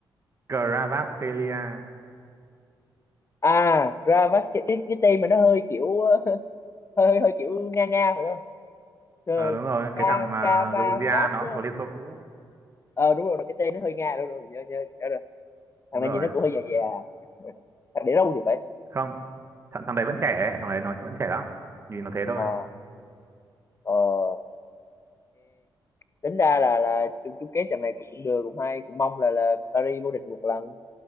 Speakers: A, on the right; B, on the left.
A: Kvaratskhelia.
B: À, Gravas cái, cái, cái tên mà nó hơi kiểu <laughs> hơi hơi, kiểu nga nga phải không? Ờ,
A: Ờ đúng rồi,
B: Ka
A: cái thằng mà
B: Kavarat
A: Georgia nó
B: đúng
A: cũng thuộc
B: không?
A: Liên Xô cũ.
B: Ờ đúng rồi, cái tên nó hơi nga đúng rồi, nhớ nhớ nhớ rồi. Thằng
A: Đúng
B: này
A: rồi.
B: nhìn nó cũng hơi già già, thằng để đâu thì phải.
A: Không, thằng, thằng đấy vẫn trẻ ấy, thằng đấy nó vẫn trẻ lắm. Nhìn nó thế thôi.
B: Ờ ờ ok. Tính ra là là chung chung kết trận này cũng cũng được cũng hay, cũng mong là là Paris vô địch một lần